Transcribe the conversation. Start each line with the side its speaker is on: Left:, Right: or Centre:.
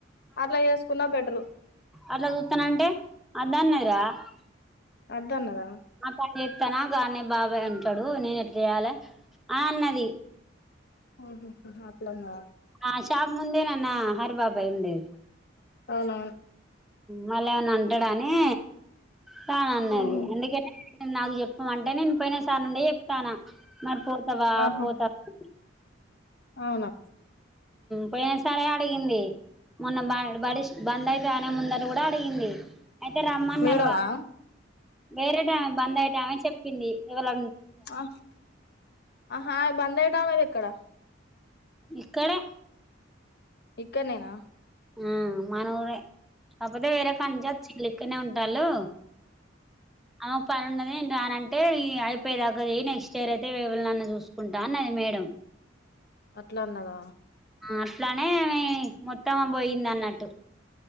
Left: అట్లా వేసుకున్నా బెటరు
Centre: అట్లా చూస్తానంటే <unintelligible>
Left: వద్దు అన్నారా
Centre: ఆ పని చెప్తానా గానే బాబాయ్ ఉంటాడు నేను ఎట్లా చెయాలి ఆ అన్నది
Left: ఉహ్ అట్లనా
Centre: ఆ షాప్ ముందే నాన్న హరి బాబాయ్ ఉండే
Left: అవున
Centre: వాళ్ళ ఏమన్నా అంటాడాని రానున్నది
Left: ఉహు.
Centre: ఎందుకంటే నాకు చెప్పమంటే నేను పోయినా సార్ నుండి చెప్తానా మరి పోతావా
Left: ఆహా
Centre: పోతావా
Left: అవునా
Centre: పోయినసారి అడిగింది మొన్న బ బడి బంద్ అయితది అని ముందర కూడా అడిగింది అయితే రమ్మన్నారు
Left: మేడమా
Centre: వాళ్లు వేరే టామీఆమె బంద్ అ్య టైమే చెప్పింది ఇవాళ
Left: ఆ ఆహా బందట అనేది ఎక్కడ
Centre: ఇక్కడే
Left: ఇక్కడనేనా
Centre: ఉ మన ఊరే కాకపోతే వేరే కాడనుంచి వచ్చిండ్రు ఇక్కడనే అంటున్నారులు ఆమెకు పని ఉంది నేను రానంటే అయిపోయే తగ్గది నెక్స్ట్ ఇయర్ అయితే ఇవళన్న చూసుకుంటాను అన్న అది మేడం
Left: అట్లా ఉన్నదా
Centre: అట్లానే మొత్తం పోయింది అన్నట్టు